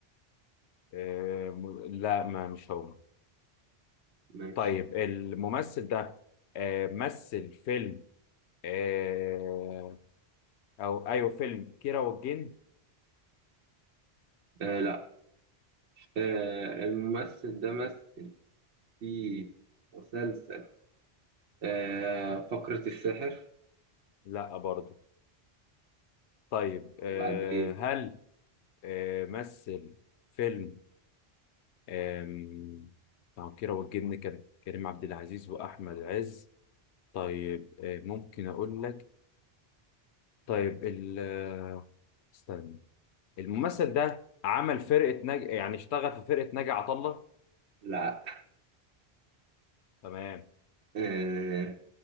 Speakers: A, on the left; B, on the right.
A: آه، م- لا ما مش هو
B: ماشي
A: طيب الممثل ده آه، مثل فيلم آه، او ايوه فيلم كيرة والجن
B: آه لا آه الممثل ده مثل في مسلسل آه فقرة السحر
A: لا برضه طيب آه،
B: وبعدين
A: هل آه، مثل فيلم آم، العكيرة والجن كان كريم عبد العزيز وأحمد عز طيب آه، ممكن أقول لك طيب ال آه، استنى الممثل ده عمل فرقة نج يعني اشتغل في فرقة ناجي عطا الله
B: لا
A: تمام
B: آه